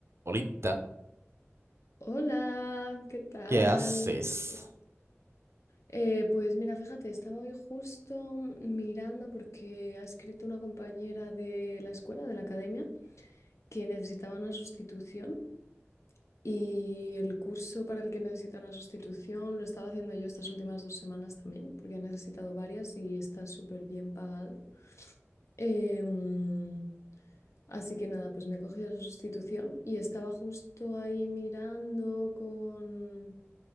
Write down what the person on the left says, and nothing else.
Hola, ¿qué tal?
Pues, Eh, pues mira, fíjate, estaba hoy justo mirando porque ha escrito una compañera de la escuela, de la academia, que necesitaba una sustitución y el curso para el que necesita una sustitución lo estaba haciendo yo estas últimas dos semanas también, porque ha necesitado varias y está súper bien pagado. Em, así que nada, pues me he cogido esa sustitución y estaba justo ahí mirando con